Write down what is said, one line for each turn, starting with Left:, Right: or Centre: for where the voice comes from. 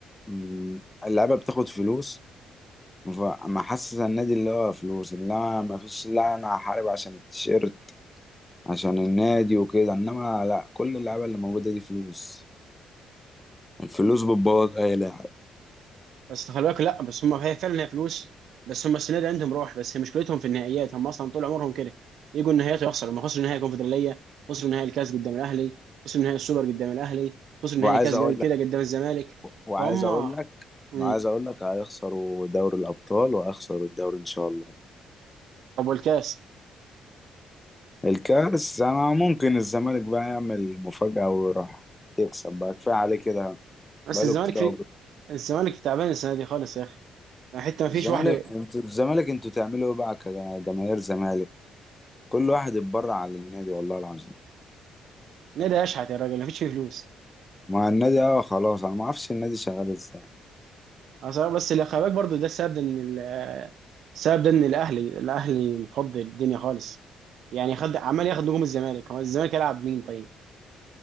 Left: م- اللعيبة بتاخد فلوس فما حاسس النادي اللي هو فلوس انما ما فيش لا انا هحارب عشان التيشيرت عشان النادي وكده انما لا كل اللعيبة اللي موجودة دي فلوس الفلوس بتبوظ اي لاعب
Right: بس خلي بالك لا بس هم هي فعلا هي فلوس بس هم السنه دي عندهم روح بس هي مشكلتهم في النهائيات هم اصلا طول عمرهم كده يجوا النهائيات ويخسروا لما خسروا نهائي الكونفدراليه خسروا نهائي الكاس قدام الاهلي خسروا نهائي السوبر قدام الاهلي خسروا
Left: وعايز
Right: نهائي كاس
Left: اقول
Right: قبل كده
Left: لك
Right: قدام الزمالك
Left: وعايز
Right: فهم
Left: اقول لك
Right: مم.
Left: وعايز اقول لك هيخسروا دوري الابطال وهيخسروا الدوري ان شاء الله
Right: طب والكاس
Left: الكاس انا ممكن الزمالك بقى يعمل مفاجأة ويروح يكسب بقى كفاية عليه كده
Right: بس
Left: بقاله
Right: الزمالك
Left: كتير
Right: في
Left: قوي
Right: الزمالك تعبان السنه دي خالص يا اخي يعني حتى ما فيش
Left: الزمالك
Right: واحده
Left: انتوا الزمالك انتوا تعملوا ايه بقى كجماهير زمالك كل واحد اتبرع على النادي والله العظيم
Right: نادي اشحت يا راجل ما فيش فيه فلوس
Left: مع النادي اه خلاص انا ما اعرفش النادي شغال ازاي
Right: أصلاً بس اللي خلي بالك برضه ده السبب ان السبب ده ان الاهلي الاهلي مفضل الدنيا خالص يعني خد عمال ياخد نجوم الزمالك هو الزمالك يلعب مين طيب